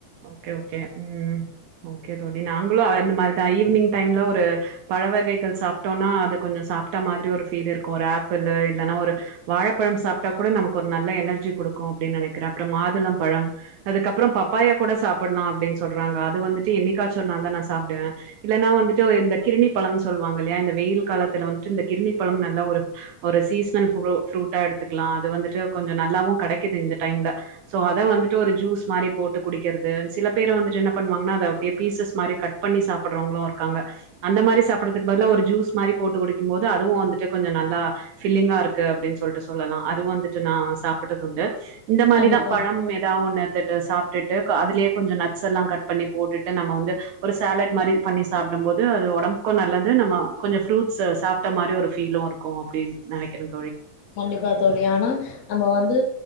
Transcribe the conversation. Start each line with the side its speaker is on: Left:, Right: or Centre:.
Right: ஓகே ஓகே ம் ஓகே தோழி நாங்களு அ அந்த மாரிதா ஈவினிங் டைம்ல ஒரு பழ வகைகள் சாப்ட்டோனா அது கொஞ்சோ சாப்ட்ட மாதிரி ஒரு ஃபீல் இருக்கு ஒரு ஆப் பில் இல்லைன்னா ஒரு வாழைப்பழம் சாப்ட்டா கூட நமக்கு ஒரு நல்ல எனர்ஜி குடுக்கு அப்டின் நெனைக்குறே அப்றம் மாதுளம் பழ ழம் அதுக்கப்றம் பப்பாயா கூட சாப்புல்லா அப்டின் சொல்றாங்க அது வந்துட்டு என்னிக்காச்சு ஒரு நாள் தா நா சாப்டுவே இல்லன்னா வந்துட்டு ஒ இந்த கிரிணிப் பழம்னு சொல்வாங்க இல்லையா இந்த வெயில் காலத்துல வந்துட்டு இந்த கிரிணி பழம் நல்ல ஒரு ஒரு சீசனல் ஃபூரு ஃபூரூட்டா எடு த்துக்லா அது வந்துட்டு கொஞ்சோ நல்லாவு கெடைக்குது இந்த டைம்ல சோ அத வந்துட்டு ஒரு ஜூஸ் மாரி போட்டு குடிக்கறது சில பேர் வந்துட்டு என்ன பண்ணுவாங்னா அத அப்டியே பீசஸ் மாரி கட் பண்ணி சாப்புட்றவங்களு இருக்காங்க அந்த மாரி சாப்புறதுக்கு பதுலா ஒரு ஜூஸ் மாரி போட்டு குடிக்கும் போது அதுவு வந்துட்டு கொஞ்சோ நல்லா ஃபில்லிங்காருக்கு அப்டின் சொல்ட்டு சொல்லலா அதுவு வந்துட்டு நா சாப்புட்டதுண்டு இந்த மாரிதா
Left: கண்டிப்பா.
Right: பழம் எதா ஒன்னு <unintelligible> சாப் ட்டுட்டு அதுலே கொஞ்சோ நட்சேல்லா கட் பண்ணி போட்டுட்டு நம்ம வந்து ஒரு சேலட் மாரி பண்ணி சாப்டம்போது அது ஒடம்புக்கு நல்லது நம்ம கொஞ்சோ ஃப்ரூட்ஷூ சாப்ட்ட மாரி ஒரு ஃபீலுருக்கு அப்டின் நெனைக்கிறே தோழி
Left: கண்டிப்பா தோழி ஆனா நம்ம வந்து